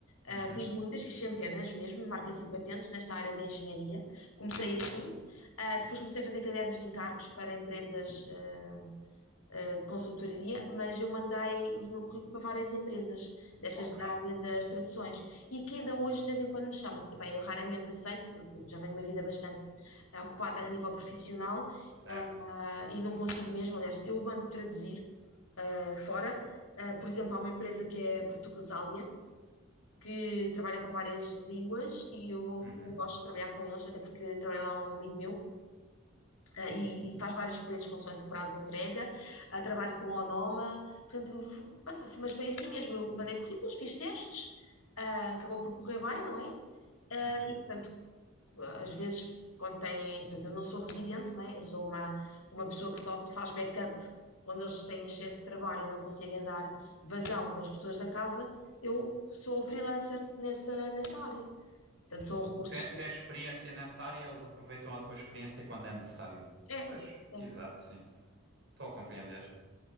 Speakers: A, on the left; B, on the right.
A: Ah,
B: Uhum.
A: fiz muitas, fiz centenas mesmo, marcas e patentes nesta área da engenharia. Comecei assim, Ah, depois comecei a fazer cadernos de encargos para empresas, ah, eh, de consultoria, mas eu mandei o meu currículo para várias empresas, destas
B: Ok,
A: da área das traduções, e que ainda hoje de vez em quando me chamam. Epá, eu raramente aceito, porque já tenho uma vida bastante eh, ocupada a nível profissional,
B: certo.
A: ah, e não consigo mesmo, aliás, eu mando traduzir ah, fora. Ah, por exemplo, há uma empresa que é a Portuguesália, que trabalha com várias línguas, e eu
B: Uhum.
A: também gosto de trabalhar com eles, até porque trabalha lá um amigo meu, eh, e, e faz vários preços consoante o prazo de entrega. Ah, trabalho com Onoma, portanto, pronto, mas foi assim mesmo. Eu mandei currículos, fiz testes, ah, acabou por correr bem, não é? Ah,
B: Uhum.
A: e, portanto, às vezes, quando têm. Portanto, eu não sou residente, não é? Eu sou uma, uma pessoa que só faz backup quando eles têm excesso de trabalho e não conseguem dar vazão com as pessoas da casa. Eu sou freelancer nessa, nessa área. Portanto, são recursos.
B: Tem, tens experiência nessa área e eles aproveitam a tua experiência quando é necessário.
A: É,
B: Pois,
A: é.
B: exato, sim. Estou a compreender.